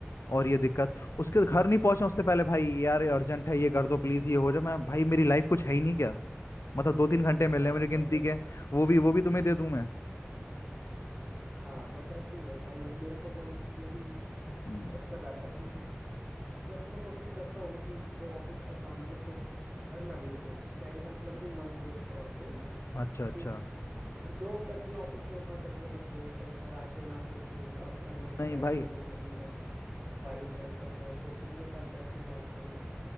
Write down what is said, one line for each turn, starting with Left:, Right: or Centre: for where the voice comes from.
Left: और ये दिक्कत उसके घर नहीं पहुंचा उससे पहले भाई यार अर्जेंट है ये कर दो प्लीज ये हो जाए मैं भाई मेरी लाइफ कुछ है ही नहीं क्या मतलब दो तीन
Right: <laughs>
Left: घंटे
Right: हाँ
Left: मिलने हैं मेरी
Right: बस
Left: गिनती
Right: ऐसे
Left: के
Right: ही
Left: वो भी वो भी तुम्हें दे दूं मैं
Right: हाँ बस ऐसे ही है भाई अब मेरे को तो यही
Left: हम्म,
Right: चक्कर रहता है कि वैसे मैं कोशिश करता हूँ कि जो ऑफिस का काम है ना उसको घर ना लेके जाऊँ कहने का मतलब है कि मन के तौर पे
Left: अच्छा
Right: कि
Left: अच्छा
Right: जो कर दिया ऑफिस में उतना कर दिया बस बहुत है घर आके ना सोचूं उसका अपना घर
Left: नहीं
Right: की लाइफ
Left: भाई
Right: एंजॉय करूं घर वाइफ है सब है तो उनके साथ बैठूं बात करूं